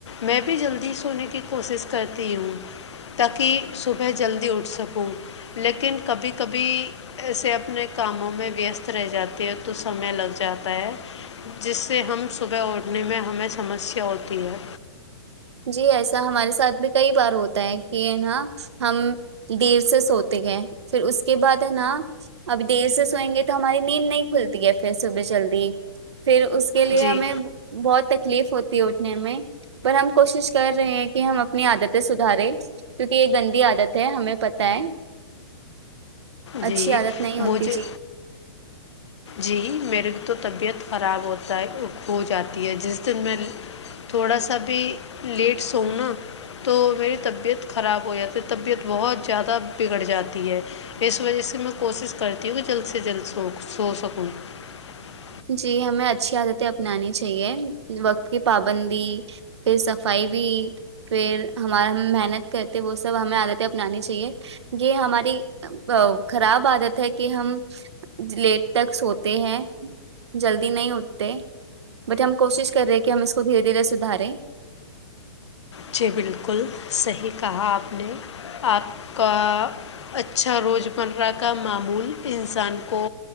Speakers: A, on the left; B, on the right.
A: میں بھی جلدی سونے کی کوشش کرتی ہوں تاکہ صبح جلدی اٹھ سکوں لیکن کبھی کبھی ایسے اپنے کاموں میں ویست رہ جاتی ہے تو سمے لگ جاتا ہے جس سے ہم صبح اٹھنے میں ہمیں سمسیا ہوتی ہے
B: جی ایسا ہمارے ساتھ بھی کئی بار ہوتا ہے کہ نا ہم دیر سے سوتے ہیں پھر اس کے بعد ہے نا ابھی دیر سے سوئیں گے تو ہماری نیند نہیں کھلتی ہے پھر صبح جلدی پھر اس کے لیے
A: جی
B: ہمیں بہت تکلیف ہوتی ہے نی میں پر ہم کوشش کر رہے ہیں کہ ہم اپنی عادتیں سدھارے کیونک یہ گندی عادت ہے ہمیں پت ہے
A: جی
B: اچھی عادت نہیں
A: مجھے
B: ہوتی جی
A: جی میرے تو طبیعت خراب ہوتا ہے ہو جاتی ہے جس دن میں تھوڑا سا بھی لیٹ سوؤوں نا تو میری طبیعت خراب ہو جاتی ہے طبیعت بہت زیادہ بگڑ جاتی ہے <unintelligible>
B: جی ہمیں اچھی عادتیں اپنانی چاہیے وقت کی پابندی پھر صفائی بھی پھر ہمار ہم محنت کرتے وہ سب ہمیں عادتیں اپنانی چاہیے یہ ہماری خراب عادت ہے کہ ہم لیٹ تک سوتے ہیں جلدی نہیں اٹتے بٹ ہم کوشش کرے ہیں ہم اس کو دھیے دھیرے سدھارے
A: جی بالکل صحیح کہا آپ نے آپ کا اچھا روزمرہ کا معمول انسان کو